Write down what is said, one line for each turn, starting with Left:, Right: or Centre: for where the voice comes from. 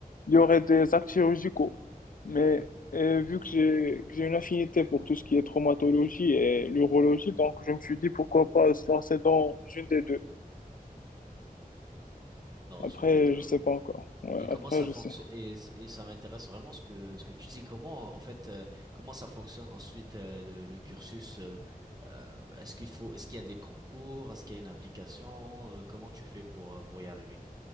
Left: il y aurait des actes chirurgicaux. Mais euh, vu que j'ai que j'ai une affinité pour tout ce qui est traumatologie et l'urologie, donc je me suis dit pourquoi pas se lancer dans une des deux.
Right: Dans
Left: Après,
Right: une des deux,
Left: je
Right: ok.
Left: sais pas encore. Ouais,
Right: Et
Left: après,
Right: comment ça
Left: je
Right: fonctionne
Left: sais.
Right: et, et ça m'intéresse vraiment ce que ce que tu dis. Comment en fait euh, comment ça fonctionne ensuite euh, le, le cursus euh, euh, est-ce qu'il faut est-ce qu'il y a des concours, est-ce qu'il y a une application, Euh, comment tu fais pour euh, pour y arriver?